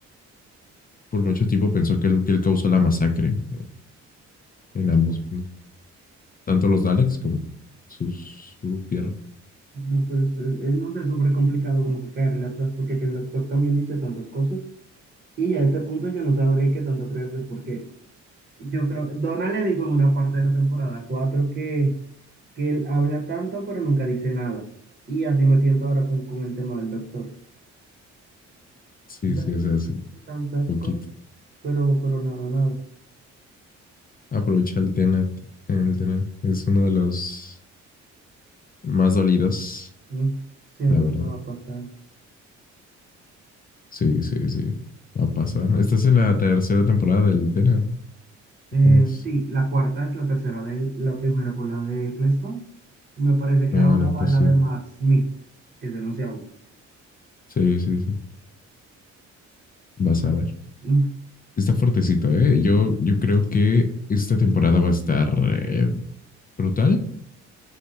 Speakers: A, on the left; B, on the right.
A: Por mucho tiempo pensó que él, que él causó la masacre en, en ambos mundos. tanto los Daleks como sus- su tierra.
B: No, pues eh, eh, no sé, es súper complicado como que caerle atrás, porque que el doctor también dice tantas cosas. Y ya a este punto yo no sabré qué tanto creerle, porque yo creo, Donald le dijo en una parte de la temporada 4 que, que él habla tanto, pero nunca dice nada. Y así me siento ahora con, con el tema del doctor.
A: Sí,
B: O sea,
A: sí,
B: él
A: es
B: di-
A: así,
B: dice tantas
A: poquito.
B: cosas, pero, pero nada, nada.
A: Aprovecha el Tenet, el Tenet. Es uno de los más dolidos,
B: Mm, siento
A: la verdad.
B: que no va a pasar.
A: Sí, sí, sí. Va a pasar. Estás en la tercera temporada del Tenet.
B: Eh,
A: ¿Cómo es?
B: sí, la cuarta es la tercera de él. La primera fue la de Eccleston. Me parece que
A: Ah,
B: ahora
A: no,
B: va
A: pues
B: la
A: sí.
B: de Matt Smith, que es el onceavo.
A: Sí, sí, sí. Vas a ver.
B: Mm,
A: Está fuertecito, ¿eh? Yo, yo creo que esta temporada va a estar eh, brutal.